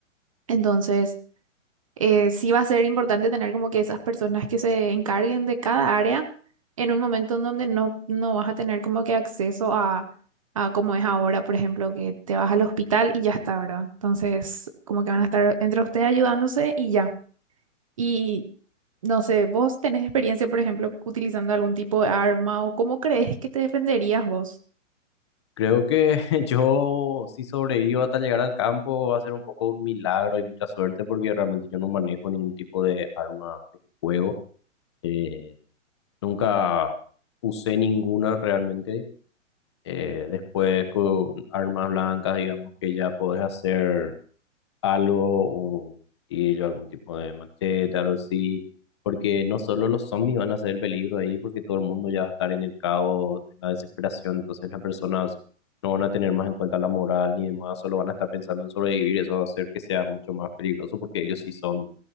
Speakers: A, on the right; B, on the left.
A: entonces, eh, sí va a ser importante tener como que esas personas que se encarguen de cada área en un momento en donde no, no vas a tener como que acceso a... a como es ahora, por ejemplo, que te vas al hospital y ya está, ¿verdad? Entonces, como que van a estar entre ustedes ayudándose y ya. Y no sé, ¿vos tenés experiencia, por ejemplo, utilizando algún tipo de arma o cómo crees que te defenderías vos?
B: Creo que <laughs> yo, si sobrevivo hasta llegar al campo, va a ser un poco un milagro y mucha suerte porque realmente yo no manejo ningún tipo de arma de fuego. Eh, nunca usé ninguna realmente. Eh, después con armas blancas, digamos que ya podés hacer algo, un cuchillo, algún tipo de machete, algo así, porque no solo los zombies van a ser el peligro ahí, porque todo el mundo ya va a estar en el caos, en la desesperación, entonces las personas no van a tener más en cuenta la moral ni demás, solo van a estar pensando en sobrevivir, eso va a hacer que sea mucho más peligroso, porque ellos sí son